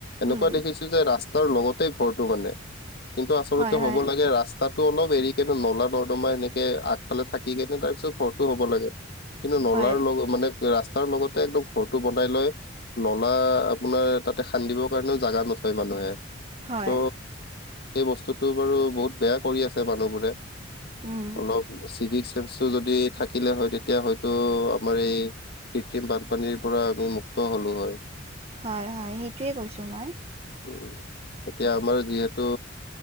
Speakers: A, on the left (about 55°); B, on the right (about 35°).
A: এনেকুৱা
B: উম
A: দেখিছো যে ৰাস্তাৰ লগতেই ঘৰটো মানে কিন্তু আচলতে
B: হয়
A: হ'ব
B: হয়
A: লাগে ৰাছ- তাতো অলপ এৰি কিনে নলা নৰ্দমা এনেকে আগফালে থাকি কেনে তাৰপিছত ঘৰটো হ'ব লাগে। কিন্তু নলাৰ
B: হয়
A: লগত মানে ৰাস্তাৰ লগতে একদম ঘৰটো বনাই লৈ। নলা আপোনাৰ তাতে খান্দিবৰ কাৰণেও জাগা নাচাই মানুহে।
B: হয়
A: চ' এই বস্তুটো বাৰু বহুত বেয়া কৰি আছে মানুহবোৰে।
B: উম
A: অলপ চিভিক চেন্সটো যদি থাকিলে হয় তেতিয়া হয়তো আমাৰ এই- কৃত্ৰিম বানপানীৰ পৰা আমি মুক্ত হলো হয়।
B: হয় হয় সেইটোৱে কৈছো মই।
A: উম এতিয়া আমাৰ যিহেতু,